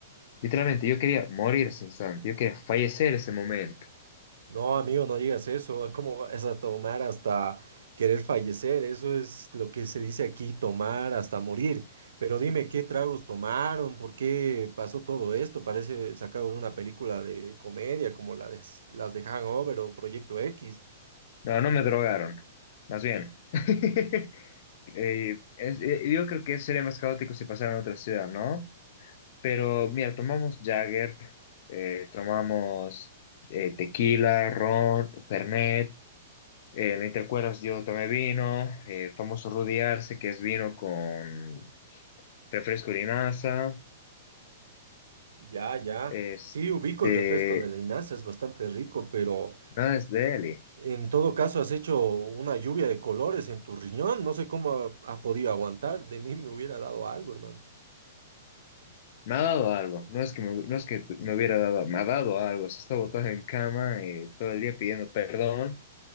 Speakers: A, on the left (about 50°); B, on the right (about 85°).
A: Literalmente, yo quería morir ese instante. Yo quería fallecer ese momento.
B: no, amigo, no digas eso. Ah, ¿Cómo vas a tomar hasta querer fallecer? Eso es lo que se dice aquí, tomar hasta morir. Pero dime, ¿qué tragos tomaron? ¿Por qué pasó todo esto? Parece sacado de una película de comedia como la de, las de Hangover o Proyecto X.
A: No, no me drogaron. Más bien. <laughs> Eh, es- eh, yo creo que sería más caótico si pasara en otra ciudad, ¿no? Pero mira, tomamos Jagger, eh, tomamos eh, tequila, ron, Fernet. Eh, ¿no te acuerdas? Yo tomé vino, eh, famoso Rudy Arce, que es vino con refresco de linaza.
B: Ya, ya.
A: Este,
B: Sí, ubico el refresco de la Inaza, es bastante rico, pero
A: nada es de Eli.
B: En todo caso, has hecho una lluvia de colores en tu riñón. No sé cómo ha, ha podido aguantar. De mí me hubiera dado algo, hermano.
A: Me ha dado algo, no es que me, no es que me hubiera dado, me ha dado algo. Se está botado en cama eh, todo el día pidiendo perdón.